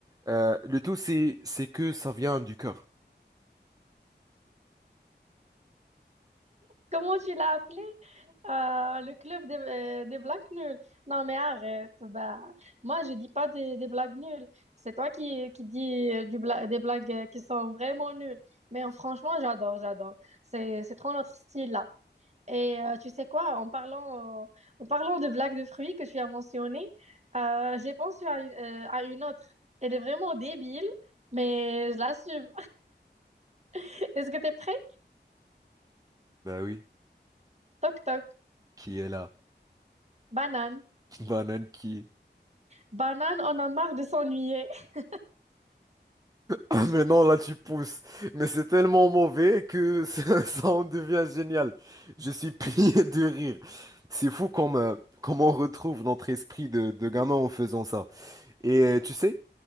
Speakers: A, on the right (about 20°); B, on the right (about 35°).
A: Euh, le tout, c'est, c'est que ça vient du cœur.
B: Comment tu l'as appelé? Ah, le club des, euh, des blagues nulles. Non, mais arrête. Bah, moi, je dis pas des, des blagues nulles. C'est toi qui, qui dis euh, du bla- des blagues euh, qui sont vraiment nulles. Mais euh, franchement, j'adore, j'adore. C'est, c'est trop notre style là. Et euh, tu sais quoi, en parlant, euh, en parlant de blagues de fruits que tu as mentionnées, euh, j'ai pensé à, une- euh, à une autre. Elle est vraiment débile, mais je l'assume. <laughs> Est-ce que tu es prêt?
A: Bah oui,
B: Toc toc.
A: qui est là?
B: Banane.
A: Une banane qui,
B: Banane, on a marre de s'ennuyer. <laughs>
A: Ah, mais non, là tu pousses. Mais c'est tellement mauvais que <laughs> ça, ça en devient génial. Je suis <laughs> plié de rire. C'est fou comme, euh, comme on retrouve notre esprit de, de gamin en faisant ça. Et euh, tu sais,